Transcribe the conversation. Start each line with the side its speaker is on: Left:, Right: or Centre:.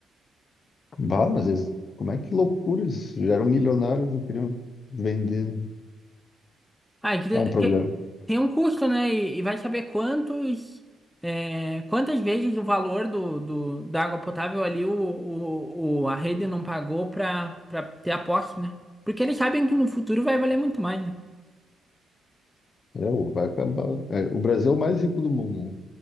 Left: Bah, mas eles, como é que loucura eles Já eram milionários, não queriam vender.
Centre: Ah, que tem,
Left: É um problema.
Centre: tem- tem um custo, né? E, e vai saber quantos é, quantas vezes o valor do, do da água potável ali o, o, o- a rede não pagou para para ter a posse, né? Porque eles sabem que no futuro vai valer muito mais, né?
Left: É, o- vai acabar. É, o Brasil é o mais rico do mundo, né?